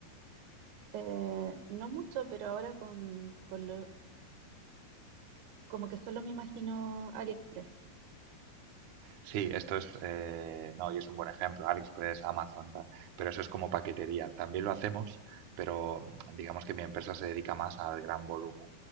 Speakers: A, on the right; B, on the right.
A: Eh, no mucho, pero ahora con, con lo, como que solo me imagino AliExpress.
B: Sí, esto es, eh, no, y es un buen ejemplo, AliExpress, Amazon, tal, pero eso es como paquetería. También lo hacemos, pero mm, digamos que mi empresa se dedica más al gran volumen.